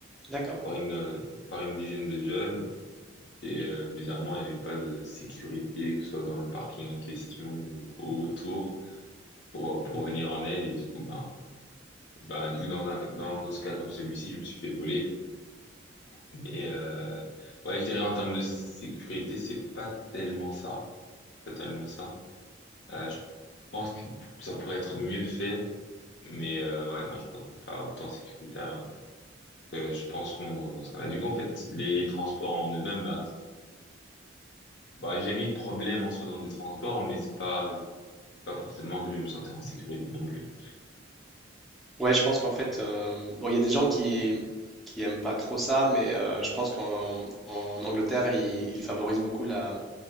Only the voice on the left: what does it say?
par une, euh, par une dizaine de jeunes. Et euh, bizarrement, il n'y avait pas de sécurité, que ce soit dans le parking en question ou autour, pour, euh, pour venir en aide. Et du coup, ben, ben, du coup, dans un, dans, dans ce cas comme celui-ci, je me suis fait voler. Mais euh, ouais, je dirais en termes de sécurité, c'est pas tellement ça, pas tellement ça. Euh, je pense que ça pourrait être mieux fait, mais euh, ouais, non, je pense que c'est pas autant sécuritaire que je pense Londres dans ce cas-là. Du coup, en fait, les transports en eux-mêmes, ben, bah, j'ai jamais eu de problème en soi dans des transports, mais c'est pas, Pas forcément que je vais me sentir en sécurité non plus.